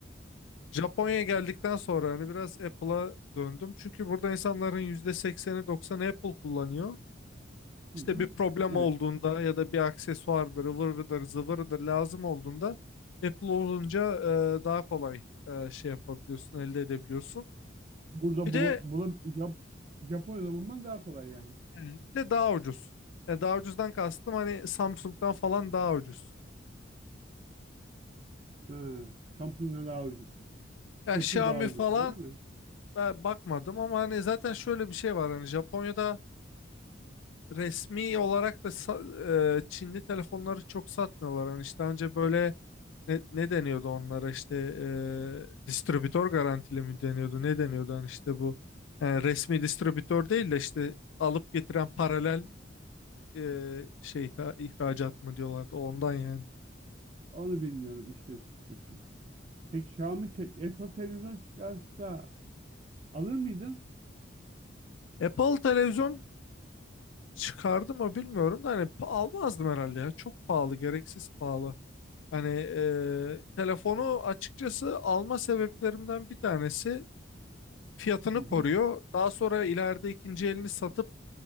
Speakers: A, on the left (about 85°); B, on the right (about 35°).
A: Japonya'ya geldikten sonra hani biraz Apple'a döndüm. Çünkü burada insanların %80'i 90'ı Apple kullanıyor. İşte
B: Hı hı.
A: bir problem
B: Evet.
A: olduğunda ya da bir aksesuardır, ıvırıdır, zıvırıdır lazım olduğunda Apple olunca e, daha kolay e, şey yapabiliyorsun, elde edebiliyorsun.
B: Burada
A: Bir de
B: bula, bula, Jap- Japonya'da bulman daha kolay yani.
A: yani bir de daha ucuz. Yani daha ucuzdan kastım hani Samsung'dan falan daha ucuz.
B: Ha, Samsung'dan daha ucuz.
A: Yani
B: Apple
A: Xiaomi
B: daha ucuz.
A: falan
B: Öyle mi?
A: ben bakmadım ama hani zaten şöyle bir şey var hani Japonya'da resmi olarak da sa- e, Çinli telefonları çok satmıyorlar. Hani işte önce böyle ne, ne deniyordu onlara işte e, distribütör garantili mi deniyordu ne deniyordu hani işte bu e, resmi distribütör değil de işte alıp getiren paralel e, şey ta- ihracat mı diyorlardı ondan yani.
B: Onu bilmiyorum işin açıkçası. Peki Xiaomi te- Apple televizyon çıkarsa alır mıydın?
A: Apple televizyon çıkardı mı bilmiyorum da hani pa- almazdım herhalde ya çok pahalı gereksiz pahalı. Hani e, telefonu açıkçası alma sebeplerimden bir tanesi fiyatını
B: Hı
A: koruyor.
B: hı.
A: Daha sonra ileride ikinci elini satıp